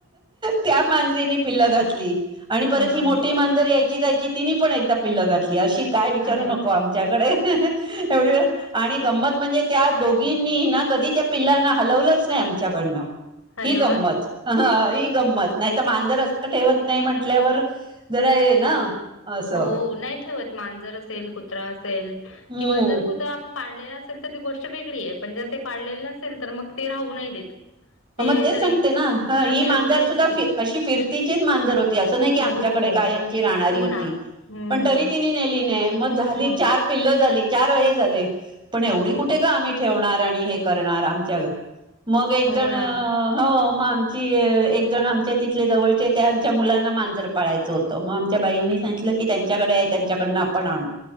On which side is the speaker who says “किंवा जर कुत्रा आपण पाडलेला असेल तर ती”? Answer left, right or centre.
Left